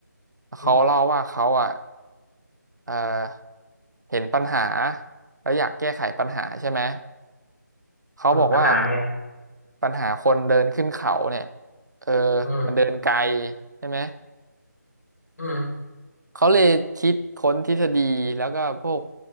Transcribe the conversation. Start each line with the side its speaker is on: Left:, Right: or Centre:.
Right: เขาเล่าว่าเขาอ่ะ
Left: อื
Right: เออเห็นปัญหาแล้วอยากแก้ไขปัญหาใช่ไหมเขาบอกว่า
Left: มภาษาไง
Right: ปัญหาคนเดินขึ้นเขาเนี่ยเออ
Left: อืม
Right: มันเดินไกลใช่ไหม
Left: อืม
Right: เขาเลยคิดค้นทฤษฎีแล้วก็พวก